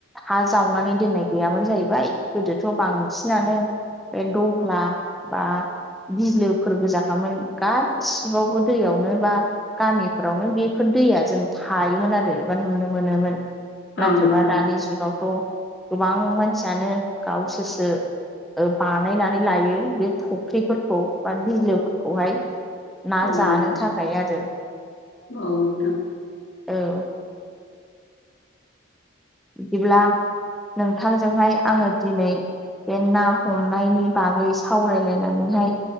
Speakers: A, in the centre; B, on the left (about 65°).
A: हा जावनानै दोननाय गैयामानो जाहैबाय गोदोथ' बांसिनानो बे दह्ला बा बिलोफोर गोजाखामोन गासिबावबो दैयावनो बा गामिफोरावनो बेफोर दैया जों थायोमोन आरो बा नुनो मोनोमोन
B: औ
A: नाथायबा
B: नोंथां औ नोंथां
A: दानि जुगावथ' गोबां मानसियानो गावसोरसो बानायनानै लायो बे फुख्रिफोरखौ बा बिलोफोरखौहाय ना
B: औ नोंथां
A: जानो थाखाय आरो
B: औ नोंथां
A: औ बिदिब्ला नोंथांजोंहाय आङो दिनै बे ना हमनायनि बागै सावरायलायनानैहाय